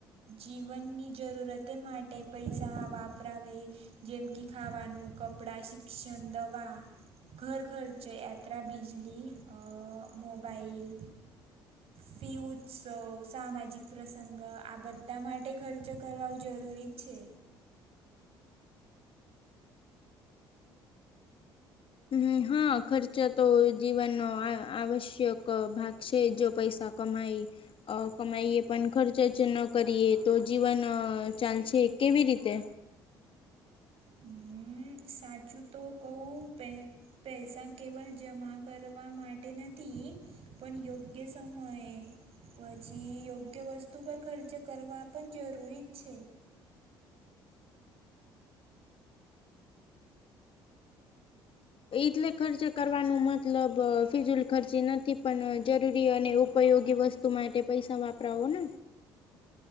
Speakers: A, on the right (about 55°); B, on the left (about 50°).
A: જીવનની જરૂરતે માટે પૈસા વાપરાવે. જેમ કે ખાવાનું કપડા શિક્ષણ દવા. ઘર ઘરચ યાત્રા બિજલી મોબાાઈલ. ફી ઉત્સવ સામાજિક પ્રસંગ આ બધા માટે ખર્ચ કરવાવું જરૂરી છે.
B: હ હા ખર્ચ તો જીવનનો આવશ્યક ભાગ છે જો પૈસા કમાય. અ કમાઈએ પણ ખર્ચ જ ન કરીએ તો જીવન ચાલશે કેવી રીતે. <inaudible>
A: હમ સાચું તો કહું પેન પૈસા કેવલ જમા કરવા માટે નથી પણ યોગ્ય સમયે પછી યોગ્ય વસ્તુ પર ખર્ચ કરવા પણ જરૂરી જ છે.
B: એટલે ખર્ચ કરવાનું મતલબ ફિઝુલ ખર્ચી નથી પણ જરૂરી અને ઉપયોગી વસ તું માટે પૈસા વાપરાવો ને.